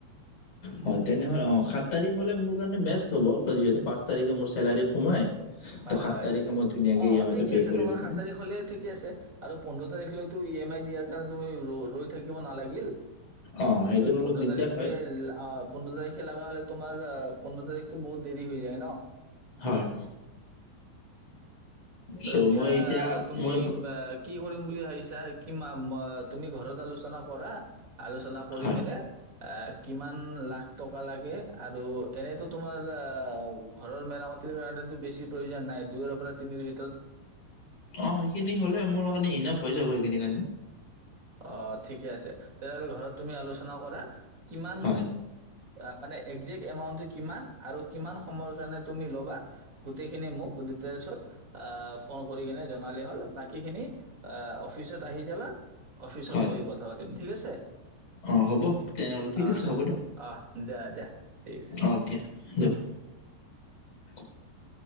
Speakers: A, on the left; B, on the right.
A: হ'য়। তেনেহলে অ' সাত তাৰিখ হ'লে মোৰ কাণে বেষ্ট হ'ব, ‌ কাণ যিহেতু পাঁচ তাৰিখে মোৰ চেলাৰি সোমাই।
B: হয়,
A: ত' সাত
B: হয়।
A: তাৰিখে মই ধুনীয়াকে
B: অ',
A: ই
B: অ'
A: এম আইটো
B: ঠিকে
A: পে'
B: আছে
A: কৰিব
B: তোমাৰ সাত
A: পাৰিম
B: তাৰিখলে ঠিকে আছে আৰু পোন্ধৰ তাৰিখলৈ টো ই এম আই দিয়াৰ কাৰণ তুমি ৰ ৰৈ থাকিব নালাগিল।
A: অ সেইটোত
B: যদি
A: অলপ
B: পোন্ধৰ
A: দিগদাৰ
B: তাৰিখে
A: হয়
B: আ পোন্ধৰ তাৰিখে লাগা হ'লে তোমাৰ পোন্ধ তাৰিখটো বহুত দেৰি হৈ যায় নো?
A: হয় চ'
B: অ এতিয়া
A: মই
B: তুমি
A: মই
B: বাক কি কৰিম বুলি ভাবিছা কিমাম অ' তুমি ঘৰত আলোচনা কৰা আলোচনা কৰি
A: হয়
B: কেনে আ কিমান লাখ টকা লাগে আৰু এনেতো তোমাৰ ঘৰৰ মেৰামতিৰ কাৰণেতো বেছি প্ৰয়োজন নাই দুইৰ পৰা তিনিৰ ভি
A: অ' সেইখিনি হ'লে মোৰ মানে ইনাব হৈ যাব হেখিনি কাণে
B: অ' ঠিকে আছে তেনেহ'লে ঘৰত তুমি আলোচনা কৰা। কিমান,
A: হয়
B: আ মানে একজেক্ট এমাউন্ট কিমান? আৰু কিমান সময় কাৰণে তুমি লব বাত গোটেইখিনি মোক ডিটেইলচত, আআ ফোন কৰি কেনে জনালে হ'ল বাক কি খিনি আ অফিচত আহি যাবা। অফিচত
A: হয়
B: বহি কথা পাতিম ঠিক আছে।
A: অ হ'ব তেনেহ'লে ঠিক
B: অহ
A: আছে হ'ব দিয়ক,
B: অহ দিয়া দিয়া ঠিক আছে
A: অ'কে দিয়ক। <inaudible>